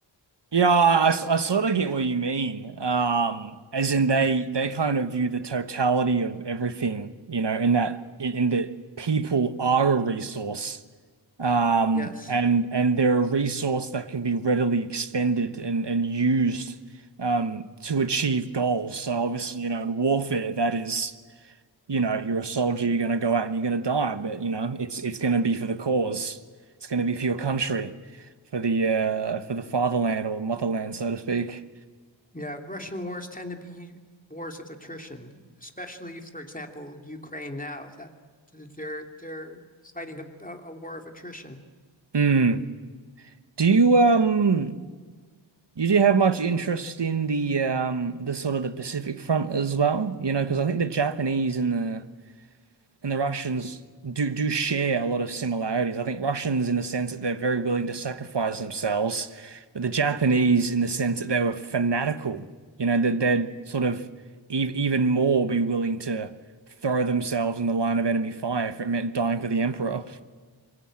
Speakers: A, on the right; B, on the left.
A: Yeah, I, I sort of get what you mean. Um, as in they they kind of view the totality of everything, you know, in that in, in that people are a resource, um,
B: Yes.
A: and and they're a resource that can be readily expended and and used, um, to achieve goals. So obviously, you know, in warfare, that is. you know, you're a soldier, you're gonna go out and you're gonna die, but you know, it's it's gonna be for the cause. It's gonna be for your country, for the uh for the fatherland or motherland, so to speak.
B: Yeah. Russian wars tend to be wars of attrition, especially, for example, Ukraine now, that they're, they're fighting a, a war of attrition.
A: Hmm. Do you um you do have much interest in the um the sort of the Pacific front as well? You know, because I think the Japanese and the and the Russians do do share a lot of similarities. I think Russians in the sense that they're very willing to sacrifice themselves, but the Japanese in the sense that they were fanatical, you know, that they'd sort of ev even more be willing to throw themselves in the line of enemy fire if it meant dying for the emperor.